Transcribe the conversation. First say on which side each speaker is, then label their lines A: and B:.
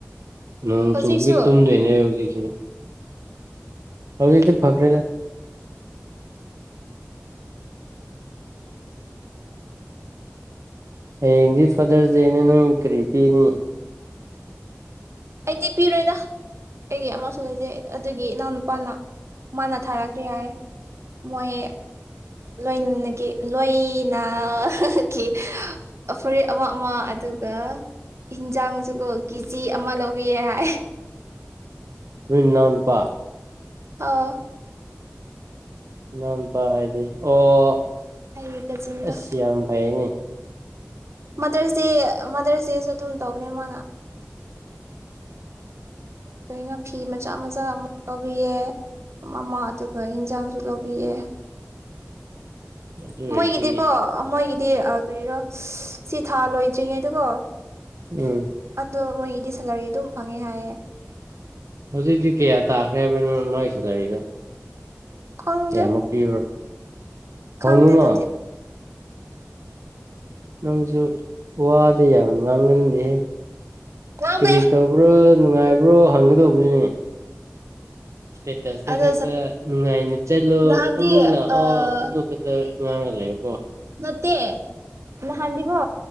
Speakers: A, on the right; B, on the right.
A: ꯅꯪ
B: ꯍꯧꯖꯤꯛꯁꯨ
A: ꯆꯨꯞꯒꯤ ꯇꯨꯝꯗꯦꯅꯦ ꯌ ꯎ <unintelligible> ꯍꯧꯗꯤꯗꯤ ꯐꯥꯈ꯭ꯔꯦꯗ ꯍꯌꯦꯡꯗꯤ ꯐꯥꯗꯔꯁ ꯗꯦꯅꯦ ꯅꯣꯏ ꯀꯔꯤ ꯄꯤꯅꯤ
B: ꯑꯩꯗꯤ ꯄꯤꯔꯣꯏꯗ ꯑꯩꯒꯤ ꯑꯃꯁꯨ ꯂꯩꯖꯩ ꯑꯗꯨꯒꯤ ꯏꯅꯥꯎꯅꯨꯄꯥꯅ ꯃꯥꯅ ꯊꯥꯔꯛꯈ꯭ꯔꯦ ꯍꯥꯏ ꯃꯣꯏ ꯂꯣꯏꯅꯒꯤ ꯂꯣꯏꯅꯒꯤ ꯐꯨꯔꯤꯠ ꯑꯃ ꯑꯃ ꯑꯗꯨꯒ ꯏꯟꯖꯥꯡꯁꯤꯒ ꯀꯦꯖꯤ ꯑꯃ ꯂꯧ ꯌꯥ
A: ꯃꯤꯟꯅꯄꯥ
B: ꯑꯥ
A: ꯅꯥꯟ ꯄ ꯍꯥꯏꯗꯤ ꯑꯣ
B: ꯑꯩꯒꯤ ꯀꯖꯤꯟꯗꯣ
A: ꯑꯁꯤ ꯌꯥꯝ ꯐꯥꯏꯅꯦ
B: ꯃꯥꯇꯔꯁꯦ ꯃꯥꯇꯔꯁꯦꯁꯨ ꯑꯗꯨꯝ ꯇꯧꯅꯦ ꯃꯥꯅ ꯀꯣ ꯐꯤ ꯃꯆꯥ ꯃꯆꯥ ꯑꯃ ꯂꯧꯕꯤꯌꯦ ꯑꯃ ꯑꯗꯨꯒ ꯌꯦꯟꯁꯥꯡꯁꯨ ꯂꯧꯕꯤꯌꯦ
A: ꯑꯗꯨ ꯑꯣꯏꯔꯗꯤ
B: ꯃꯣꯏꯒꯤꯗꯤꯀꯣ ꯃꯣꯏꯒꯤ ꯗꯤ ꯀꯔꯤꯔꯣ ꯁꯤ ꯊꯥ ꯂꯣꯏꯗ꯭ꯔꯤꯉꯩꯗꯨꯀꯣ ꯑ
A: ꯎꯝ
B: ꯑꯗꯨꯣ ꯃꯣꯏ ꯏꯗꯤ ꯁꯂꯔꯤ ꯑꯗꯨ ꯐꯪꯉꯦ ꯍꯥꯏꯌꯦꯦ
A: ꯍꯧꯖꯤꯛꯇꯤ ꯀꯌꯥ ꯇꯥꯈ꯭ꯔꯦ ꯍꯥꯏꯕ꯭ꯔꯅꯣ ꯅꯥꯏ ꯁꯗꯔꯤꯅꯣ
B: ꯈꯪꯗꯦ
A: ꯀꯃꯛꯇꯤ ꯑꯣꯏꯔꯣ ꯐꯉꯅ
B: ꯈꯪꯗꯦ ꯑꯗꯨꯗꯤ
A: ꯅꯪꯁꯨ ꯋꯥꯗꯤ ꯌꯥꯝ ꯉꯥꯡꯍꯟꯗꯦꯍꯦ
B: ꯉꯥꯡꯕꯅꯦ
A: ꯀꯔꯤꯔꯤꯠꯇꯕ꯭ꯔꯣ ꯅꯨꯡꯉꯥꯏꯕ꯭ꯔꯣ ꯍꯪꯒꯗꯧꯕꯅꯤꯅꯦ ꯏꯁꯇꯦꯇꯁꯇ
B: ꯑꯗꯨ
A: ꯈꯛꯇ ꯅꯨꯡꯉꯥꯏꯅ ꯆꯠꯂꯣ
B: ꯅꯍꯥꯟꯗꯤ
A: ꯑꯃꯨꯛ ꯂꯥꯛꯑꯣ
B: ꯑꯥ
A: ꯑꯗꯨꯒ ꯈꯛꯇ ꯀꯉ ꯂꯩꯦ ꯏ
B: ꯅꯠꯇꯦ ꯅꯍꯥꯟꯕꯤꯕ